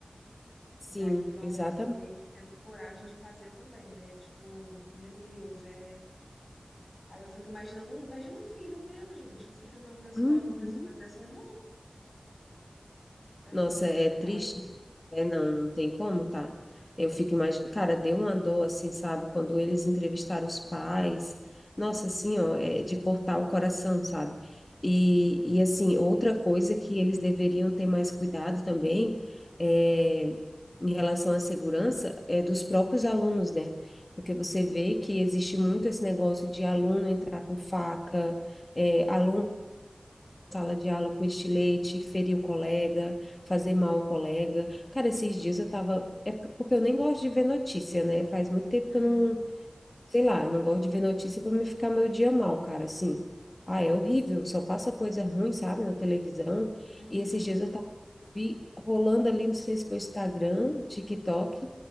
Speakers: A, on the left (about 35°); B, on the left (about 85°).
A: Sim,
B: E aí vão,
A: exatamente.
B: vão meio que tendo coragem de fazer também, né? Tipo, meu Deus, é. Aí eu fico imaginando, um- imagina um filho meu, gente. Um filho meu numa escola
A: Uhum.
B: acontece uma coisa dessa, eu morro. É
A: Nossa,
B: muito complicado,
A: é triste.
B: né?
A: É, não, não tem como, tá? Eu fico imaginando, cara, deu uma dor, assim, sabe? Quando eles entrevistaram os pais, nossa, assim, ó, é de cortar o coração, sabe? E, e assim, outra coisa que eles deveriam ter mais cuidado também é, em relação à segurança é dos próprios alunos, né? Porque você vê que existe muito esse negócio de aluno entrar com faca, é, aluno sala de aula com estilete, ferir o colega, fazer mal ao colega. Cara, esses dias eu tava. É porque eu nem gosto de ver notícia, né? Faz muito tempo
B: Aham.
A: que eu não, Sei lá, eu não gosto de ver notícia para me ficar meu dia mal, cara, assim. Ah, é horrível, só passa coisa ruim, sabe, na televisão.
B: Uhum.
A: E esses dias eu tava vi rolando ali, não sei se foi Instagram, TikTok,